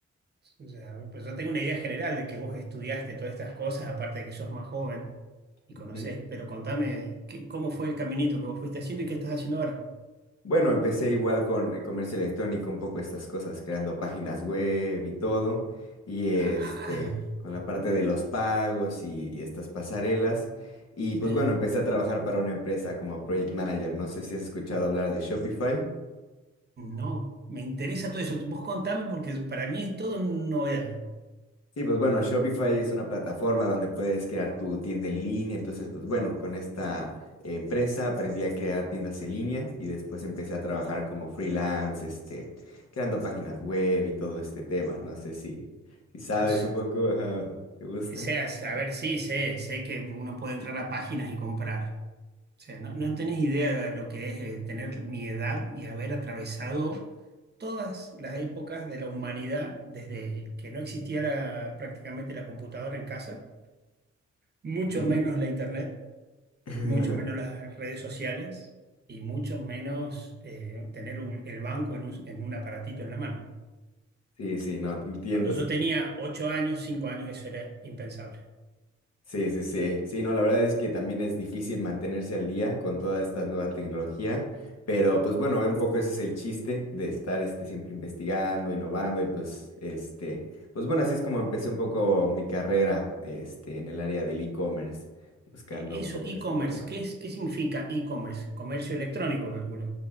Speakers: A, on the right; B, on the left.
A: O sea, pues yo tengo una idea general de que vos estudiaste todas estas cosas, aparte de que sos más joven y conocés,
B: ujú.
A: pero contame qué- cómo fue el caminito que vos fuiste haciendo y qué estás haciendo ahora.
B: Bueno, empecé igual con el comercio electrónico, un poco estas cosas, creando páginas web y todo. Y este,
A: Ah,
B: con la parte de los pagos y, y estas pasarelas. Y
A: sí.
B: pues bueno, empecé a trabajar para una empresa como Project Manager. No sé si has escuchado hablar de Shopify.
A: No, me interesa todo eso. Vos contame porque para mí es todo novedad.
B: Sí, pues bueno, Shopify es una plataforma donde puedes crear tu tienda en línea. Entonces, pues bueno, con esta eh, empresa aprendí a crear tiendas en línea y después empecé a trabajar como freelance, este, creando páginas web y todo este tema. No sé si, si sabes
A: O se-
B: un poco, ajá, ¿te gusta?
A: sea, a ver, sí, sé, sé que uno puede entrar a páginas y comprar. O sea, no, no tenés idea de lo que es eh, tener mi edad y haber atravesado todas las épocas de la humanidad desde que no existía la- prácticamente la computadora en casa, mucho
B: Ujú.
A: menos la internet.
B: <laughs>
A: mucho menos las redes sociales y mucho menos eh, tener un- el banco en un, en un aparatito en la mano.
B: Sí, sí, no, te entiendo.
A: Cuando yo tenía 8 años, 5 años, eso era impensable.
B: Sí, sí, sí. Sí, no, la verdad es que también es difícil mantenerse al día con toda esta nueva tecnología, pero pues bueno, un poco ese es el chiste de estar este, siempre investigando, innovando y pues este, pues bueno, así es como empecé un poco mi carrera este, en el área del e-commerce, buscando
A: E-
B: un
A: Eso,
B: poco este
A: e-commerce,
B: tema.
A: ¿qué es, qué significa e-commerce? Comercio electrónico, calculo.